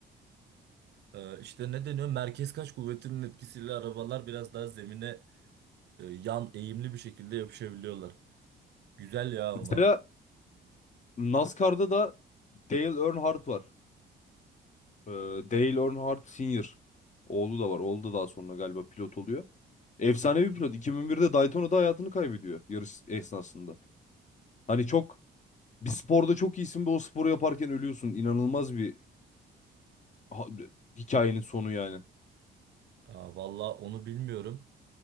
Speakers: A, on the right; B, on the left.
A: Ee, işte ne deniyor? Merkez kaç kuvvetinin etkisiyle arabalar biraz daha zemine e, yan eğimli bir şekilde yapışabiliyorlar. Güzel ya
B: Mesela
A: ama.
B: NASCAR'da da Dale Earnhardt var. Ee, Dale Earnhardt Senior. Oğlu da var. Oğlu da daha sonra galiba pilot oluyor. Efsanevi
A: Hı hı.
B: pilot. 2001'de Daytona'da hayatını kaybediyor yarış esnasında. Hani çok bir sporda çok iyisin ve o sporu yaparken ölüyorsun. İnanılmaz bir ha- hikayenin sonu yani.
A: Aa, valla onu bilmiyorum.